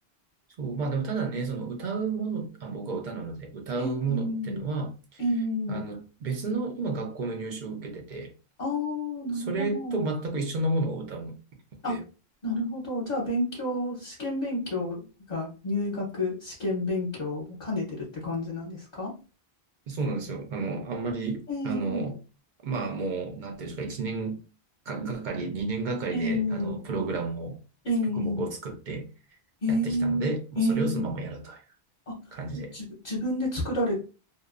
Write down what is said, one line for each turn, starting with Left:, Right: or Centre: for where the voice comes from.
Right: そう、まあでもただね、その歌うもの、あ、僕は歌なので、歌うものってのは、
Left: えー、えー
Right: あの、別の今学校の入試を受けてて、
Left: ああ、なるほど。
Right: それと全く一緒のものを歌うので、
Left: あ、なるほど。じゃあ、勉強、試験勉強が入学試験勉強を兼ねてるって感じなんですか
Right: そうなんですよ。あの、あんまり、
Left: あ、え
Right: あの、
Left: え
Right: まあもう、なんていうんですか、1年か、がかり、2年がかりで、
Left: ええ
Right: あの、プログラムを、
Left: ええ
Right: 曲目を作って
Left: ええ
Right: やってきたので、もうそれをそのままやるという
Left: ええあ、
Right: 感じで。
Left: え自分、自分で作られ